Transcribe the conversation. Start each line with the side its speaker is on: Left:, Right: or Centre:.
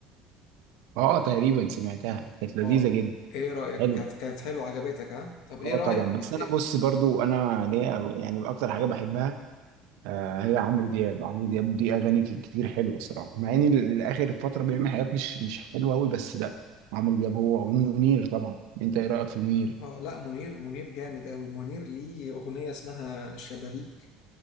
Right: اه تقريبا سمعتها كانت لذيذه
Left: اه
Right: جدا
Left: ايه رأيك
Right: حلوه
Left: كانت كانت حلوة عجبتك ها طب ايه
Right: اه
Left: رأيك
Right: طبعا بس
Left: إيه؟
Right: انا بص برضو انا ليا يعني اكتر حاجه بحبها آه، هي عمرو دياب عمرو دياب دي اغاني ك- كتير حلوه الصراحه مع ان ال- الاخر فتره بيعمل حاجات مش مش حلوه قوي بس لا عمرو دياب هو منير طبعا انت ايه رايك في منير
Left: اه لا منير منير جامد قوي منير ليه اغنية اسمها الشبابيك